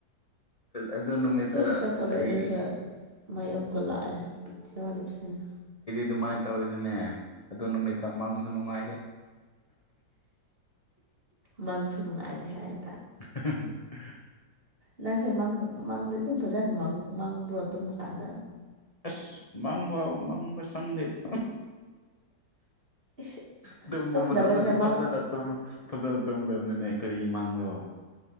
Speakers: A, on the left; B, on the right.
A: ꯑꯗꯨ ꯅꯨꯃꯤꯠꯇ
B: ꯂꯣꯏ ꯆꯠꯄ
A: ꯑꯩ
B: ꯂꯣꯏꯔꯒ ꯃꯩ
A: ꯎꯝ
B: ꯑꯃꯨꯛꯀ ꯂꯥꯛꯑꯦ ꯕꯤꯠꯌꯥꯎꯗꯕꯁꯤꯅ
A: ꯑꯗꯨꯃꯥꯏ ꯇꯧꯔꯗꯤꯅꯦ ꯑꯗꯨ ꯅꯨꯃꯤꯠꯇ ꯃꯪꯁꯨ ꯅꯨꯡꯉꯥꯏꯗꯦ
B: ꯃꯪꯁꯨ ꯅꯨꯉꯥꯏꯇꯦ ꯍꯥꯏ
A: <inaudible>
B: ꯅꯪꯁꯦ ꯃꯪ ꯃꯪꯗꯤ ꯑꯗꯨꯝ ꯐꯖꯅ ꯃꯪꯕ꯭ꯔꯣ ꯇꯨꯝꯃ ꯀꯥꯟꯗ
A: ꯑꯁ ꯃꯪꯕ ꯃꯪꯕ ꯁꯪꯗꯦꯗ
B: ꯏꯁ
A: ꯑꯗꯨꯒꯨꯝꯕ
B: ꯇꯨꯝꯗꯕꯅꯤꯅ
A: ꯃꯇꯝꯗꯗꯤ ꯐꯖꯅ
B: ꯃꯪ
A: ꯇꯨꯝꯃꯣꯐꯖꯅ ꯇꯨꯝꯒꯗꯕꯅꯤꯅꯦ ꯀꯔꯤ ꯃꯪꯔꯣ